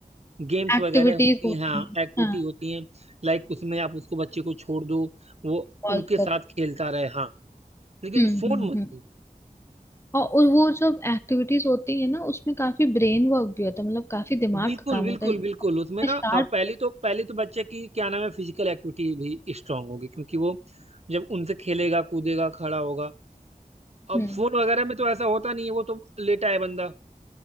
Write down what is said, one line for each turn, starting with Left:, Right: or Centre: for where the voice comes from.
Right: गेम्स
Left: एक्टिविटीज
Right: वगैरह होती
Left: होती
Right: हैं हाँ
Left: हैं
Right: एक्टिविटी
Left: हाँ
Right: होती हैं लाइक उसमें आप उसको बच्चे को छोड़ दो वो
Left: कॉल
Right: उनके साथ
Left: कर
Right: खेलता रहे हाँ लेकिन
Left: हम्म
Right: फोन
Left: हम्म
Right: मत
Left: हम्म और और वो जब एक्टिविटीज होती है ना उसमें काफी ब्रेन वर्क भी होता है मतलब काफी दिमाग
Right: बिल्कुल
Left: का काम
Right: बिल्कुल
Left: होता है
Right: बिल्कुल उसमें ना
Left: शार्प
Right: अ, पहली तो पहली तो बच्चे की क्या नाम है फिजिकल एक्टिविटी भी स्ट्रांग होगी क्योंकि वो जब उनसे खेलेगा कूदेगा खड़ा होगा अब
Left: हम्म
Right: फोन वगैरह में तो ऐसा होता नहीं है वो तो लेटा है बंदा